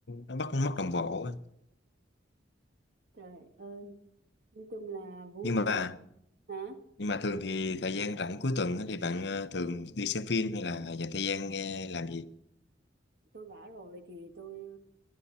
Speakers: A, on the left; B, on the right.
A: nó mất mất đồng bộ á.
B: Trời ơi, nói chung là vui.
A: nhưng mà
B: Hả?
A: nhưng mà thường thì thời gian rảnh cuối tuần á thì bạn ờ, thường đi xem phim hay là dành thời gian nghe làm gì
B: Tôi bảo rồi thì tôi